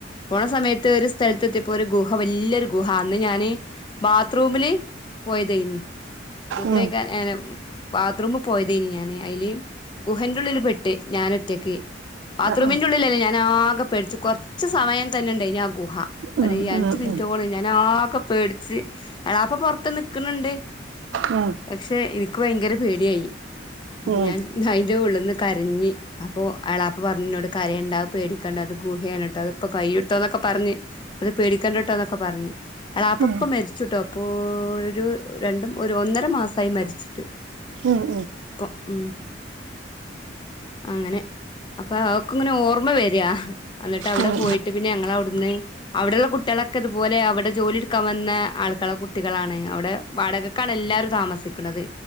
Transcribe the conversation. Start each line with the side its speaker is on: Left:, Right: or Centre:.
Left: പോണ സമയത്ത് ഒരു സ് സ്ഥലത്തെത്തിയപ്പോ ഒരു ഗുഹ വല്യൊരു ഗുഹ അന്ന് ഞാന് ബാത്ത്റൂംല് പോയതെയ്നി മൂത്രയിക്കാൻ
Right: ഉം
Left: എന ബാത്റൂമ് പോയതേന് ഞാന് അയ്ല് ബുഹന്റെ ഉള്ളില് പെട്ട് ഞാനൊറ്റക്ക്. ബാത്റൂമിന്റെ
Right: ആ ആ
Left: ഉള്ളിലല്ലേ ഞാൻ ആകെ പേടിച്ച് കൊറ കുറച്ച് സമയം തന്നെ ഉണ്ടയിന് ആ ഗുഹ
Right: ഉം
Left: ഒരു അഞ്ചു
Right: ഉം ഉം
Left: മിനിറ്റോളം ഞാൻ ആകെ പേടി ച്ച് എളാപ്പ പുറത്ത് നിക്കണണ്ട്
Right: ഉം ഉം
Left: പക്ഷെ എനിക്ക് ഭയങ്കര പേടിയായി അപ്പൊ
Right: ഉം
Left: ഞാൻ അതിന്റെ ഉള്ളിൽന്ന് കരഞ്ഞ് അപ്പൊ എളപ്പ പറഞ്ഞ് എന്നോട് കരയണ്ട പേടിക്കേണ്ട അത് ഗുഹയാണട്ടോ അതി ഇപ്പോ കൈയുട്ടോന്നൊക്കെ പറഞ് അത് പേടിക്കണ്ടാ ട്ടോ എന്നൊക്കെ പറഞ് ഇളപ്പ
Right: ഉം
Left: ഇപ്പം മരിച്ചിട്ടോ അപ്പൊ ഒരു രണ്ട് ഒരു ഒന്നര മാസായി മരിച്ചിട്ട്
Right: ഉം ഉം
Left: ഇപ്പം ഉം അങ്ങനെ അപ്പൊ അവക്ക് ഇങ്ങനെ ഓർമ്മ വരിയ്യാ അന്നിട്ട് അവിടെ
Right: ഉം ഉം
Left: പോയിട്ട് പിന്നെ ഞങ്ങള് അവിടുന്ന് അവിടെള്ള കുട്ടികളൊക്കെ ഇതുപോലെ അവിടെ ജോലി എടുക്കാൻ വന്ന ആൾക്കള കുട്ടികളാണ് അവിടെ വാടകക്കാണ് എല്ലാരും താമസിക്കണത്